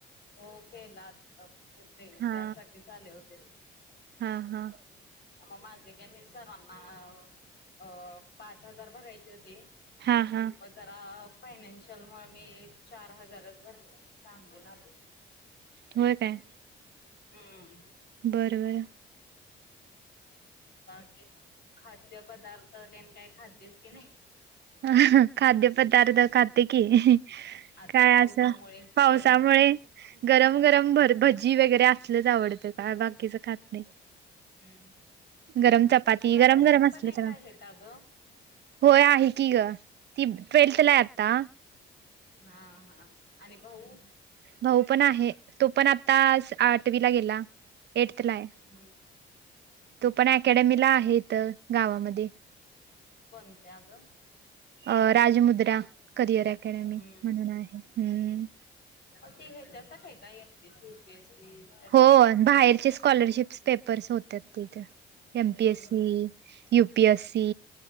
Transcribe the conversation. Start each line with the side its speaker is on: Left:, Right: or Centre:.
Left: हो केलं आत्ताच, अ ते
Right: हा
Left: त्यासाठीच आले होते.
Right: हा हा
Left: अ म माझे काय मीच सरांना अ पाच हजार भरायचे होते.
Right: हां हां.
Left: मग जरा फायनान्शियल म्हणून मी चार हजारच भरले, सांगून आले.
Right: होय काय.
Left: हम्म.
Right: बरं बरं.
Left: बाकी खाद्य पदार्थ ते काय, खातेस की नाही?
Right: हं हं ह खाद्य पदार्थ खाते की.
Left: आता
Right: काय
Left: पावसामुळे
Right: असं पावसामुळे
Left: गरम
Right: गरम-गरम भर भजी वगैरे असलच आवडतं, का बाकीचं खात नाही.
Left: हम्,
Right: गरम चपाती
Left: तुला
Right: गरम
Left: बहीण
Right: गरम असलं
Left: पण एक
Right: तर
Left: आहे का ग?
Right: होय आहे की ग, ती ट्वेल्थ ला ये आता.
Left: हां हां आणि भाऊ?
Right: भाऊ पण आहे, तो पण आतास आठवी ला गेला, एटथ ला ये.
Left: ह्म.
Right: तो पण अकॅडमीला आहे, इथं गावामध्ये.
Left: कोणत्या गं?
Right: अ राजमुद्रा करिअर अकॅडमी,
Left: हम्म.
Right: म्हणून आहे हम्म.
Left: अ ती ह्याच्यासाठी काय M P S C, U P S C? साठी
Right: हो
Left: आहे काय?
Right: बाहेरचे स्कॉलरशिप्स पेपर्स होते तिथे. M,
Left: hmm
Right: P, S, C. U, P, S, C